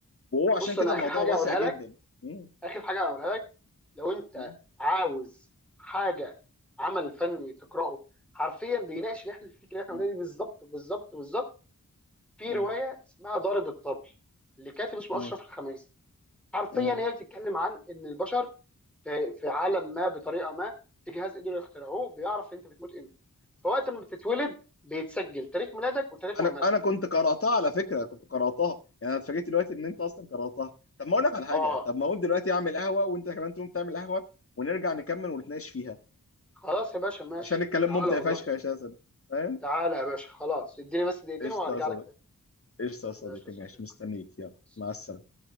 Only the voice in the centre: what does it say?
بص
انا
اخر حاجه
اقولها
لك
اخر حاجه اقولها لك لو انت
عاوز حاجه عمل فني تقراه حرفيا بيناقش اللي احنا الفكره اللي احنا
قلناها دي بالظبط بالظبط بالظبط في
روايه اسمها ضارب الطبل لكاتب اسمه
اشرف الخميسي حرفيا
هي بتتكلم عن ان البشر في في عالم ما بطريقه ما في جهاز قدروا يخترعوه بيعرف انت بتموت امتى فوقت ما بتتولد بيتسجل تاريخ ميلادك وتاريخ
مماتك
اه
خلاص يا باشا ماشي
تعالى
والله
تعالى يا باشا خلاص اديني بس دقيقتين
وهرجع
لك تاني
ماشي يا صديقي
مع السلامة.